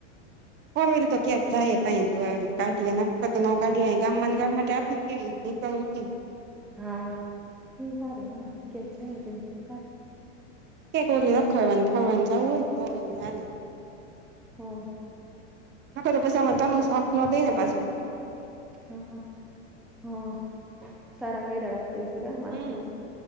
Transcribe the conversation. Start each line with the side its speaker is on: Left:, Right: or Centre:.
Right: કો એ તો ક્યાકાય ત કાઢી નક્કર તો ન કાઢી ગામ ગામ માટે આપી કેવી નીપલ વ્કિન
Centre: હા વાાર હ કે <unintelligible>
Right: એક ઓલી રખાડવાની ફરવાનું જવું હોયને તો બધું હાલે <unintelligible>
Centre: હો <unintelligible> <inaudible>
Right: નાખ તો પસામાં તમ સોખ ન થ ને પાછ <unintelligible> <inaudible>
Centre: હા હ સારા ક રાખતું છે <unintelligible> <inaudible>
Right: હ